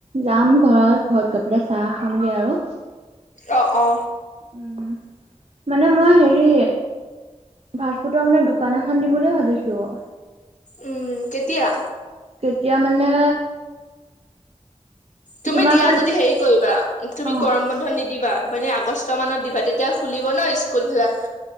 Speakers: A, on the right; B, on the left.
A: যাম ঘৰত ঘৰত গৈ পেলাই চাহ খামগে আৰু।
B: অ অ।
A: উম মানে মই হেৰি ফাষ্ট ফুডৰ মানে দোকান এখন দিম বুলি ভাবিছো অ।
B: উম কেতিয়া?
A: কেতিয়া মানে-
B: তুমি
A: তোমাক
B: দিয়া
A: মানে
B: যদি হেৰি কৰিবা তুমি
A: অ
B: গৰম বন্ধ নিদিবা। মানে আগষ্ট মানত দিবা তেতিয়া খুলিব ন স্কুলবিলাক।